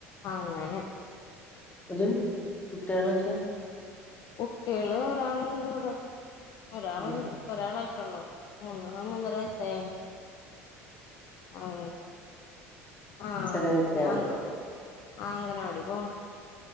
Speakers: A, on the left (about 55°); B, on the left (about 20°).
A: അങ്ങനെ
B: അത് കുട്ടികാളൊക്കെ?
A: കുട്ടികാള് ഒരാളുണ്ടിവിട ഒരാളുണ്ട്
B: ഉം
A: ഒരാളായിട്ടൊള്ളൂ മൂന്ന് മൂന്നര വയസ്സായി ആഹ് ആഹ്
B: ചെറിയ കുട്ടിയാണല്ലോ
A: ഞാ അൻ ആഹ് അംഗനവാടി പോവും